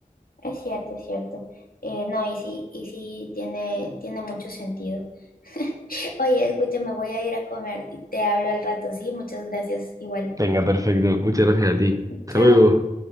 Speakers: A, on the left; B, on the right.
A: Es cierto, es cierto. Eh, no, y sí, y sí tiene, tiene mucho sentido. <laughs> Oye, escúchame, voy a ir a comer y te hablo al rato, sí, muchas gracias, igual.
B: Venga, perfecto. Muchas gracias a ti. Hasta
A: Chao.
B: luego.